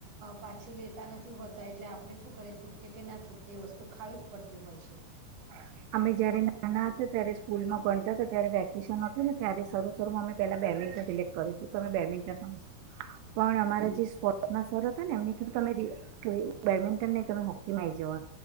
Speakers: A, on the right; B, on the right.
A: પાછી લેતા નથી હોતા એટલે આપ આપડણે શું કરીએ છૂટકે કે ના છૂટકે એ વસ્તુ ખાવી જ પડતી હોય છે
B: <unintelligible> અમે જયારે નાના હતા ત્યારે સ્કૂલમાં ભણતા હતા ત્યારે વેકેશન હતું ને ત્યારે શ શરૂું અમે પેલા બેલા સક કરે તું તમે બેડમિન્ટન પણ અમારા જે સ્પોર્ટ્સ શર હતા ને એમનેધું તમે બેડમિન્ટન ને તમે હોકીમાં આવી જઓ